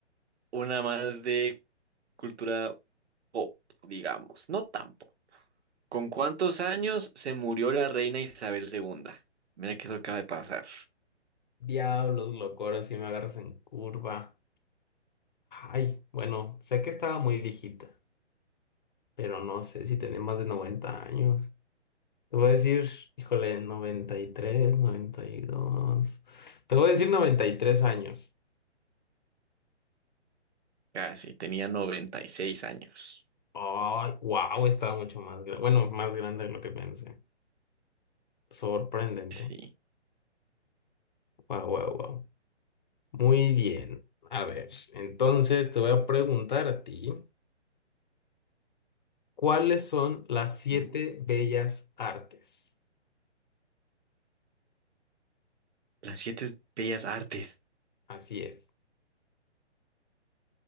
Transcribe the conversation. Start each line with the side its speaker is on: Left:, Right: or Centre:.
Right: una más de cultura pop, digamos, no tampoco. ¿Con cuántos años se murió la reina Isabel segunda? Mira que eso acaba de pasar.
Left: Diablos, loco, ahora sí me agarras en curva. Ay, bueno, sé que estaba muy viejita, pero no sé si tenía más de 90 años. Te voy a decir, híjole, noventa noventa y tres noventa y dos Te voy a decir 93 años.
Right: Casi, tenía 96 años.
Left: Ay, wow, estaba mucho más grande. Bueno, más grande de lo que pensé. Sorprendente.
Right: Sí.
Left: Wow, wow, wow. Muy bien. A ver, entonces te voy a preguntar a ti, ¿cuáles son las
Right: Ujú.
Left: siete bellas artes?
Right: Las siete es bellas artes.
Left: Así es.